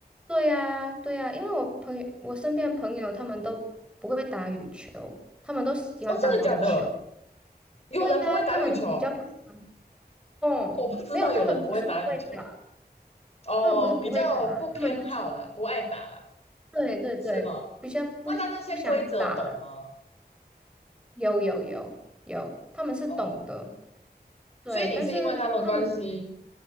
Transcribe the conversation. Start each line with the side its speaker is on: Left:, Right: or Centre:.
Centre: 对呀，对呀，因为我朋友，我身边的朋友他们都不会打羽球，他们都喜欢打网球。
Left: 哦，真的假的？有人不会打羽球，
Centre: 对呀，他们都比较不喜欢。哦，
Left: 我不知道有人不会打羽球。
Centre: 没有，他们不是不会打，
Left: 哦，
Centre: 他们不是不会打，
Left: 比较不偏好啦，
Centre: 他们就是
Left: 不爱打啦，
Centre: 对对对，
Left: 是吗？
Centre: 比较不不想打。
Left: 那他那些规则懂吗？
Centre: 有有有有，他们是懂得，
Left: 哦，
Centre: 对，
Left: 所以你是因为他们的关系，
Centre: 但是他们